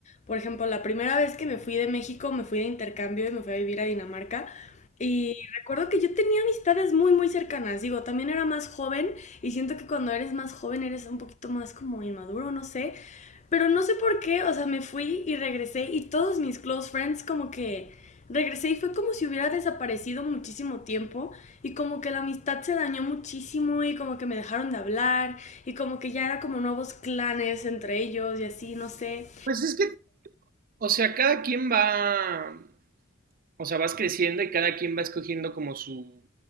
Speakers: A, on the left (about 35°); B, on the right (about 45°).
A: Por ejemplo, la primera vez que me fui de México, me fui de intercambio y me fui a vivir a Dinamarca. Y recuerdo que yo tenía amistades muy, muy cercanas. Digo, también era más joven y siento que cuando eres más joven eres un poquito más como inmaduro, no sé. Pero no sé por qué, o sea, me fui y regresé y todos mis close friends como que regresé y fue como si hubiera desaparecido muchísimo tiempo y como que la amistad se dañó muchísimo y como que me dejaron de hablar y como que ya era como nuevos clanes entre ellos y así, no sé.
B: Pues es que O sea, cada quien va o sea, vas creciendo y cada quien va escogiendo como su,